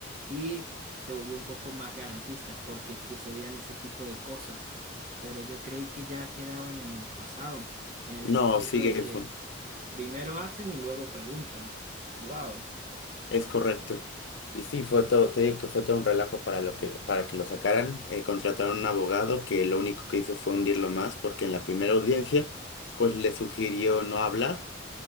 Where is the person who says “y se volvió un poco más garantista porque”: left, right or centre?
Right